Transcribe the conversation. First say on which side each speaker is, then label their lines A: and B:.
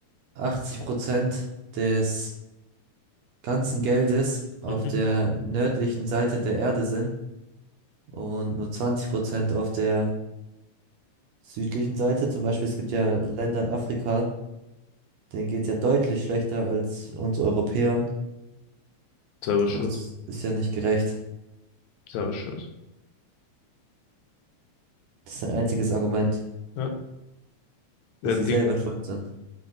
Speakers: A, on the right; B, on the left.
A: 80 Prozent des ganzen Geldes auf
B: Mhm.
A: der nördlichen Seite der Erde sind und nur 20 Prozent auf der südlichen Seite? Zum Beispiel, es gibt ja Länder in Afrika, Denen geht's ja deutlich schlechter als uns Europäern.
B: Selber schuld.
A: Und es ist ja nicht gerecht.
B: Selber schuld.
A: Das ist ein einziges Argument,
B: Ja, ja,
A: dass sie
B: die,
A: selber schuld sind.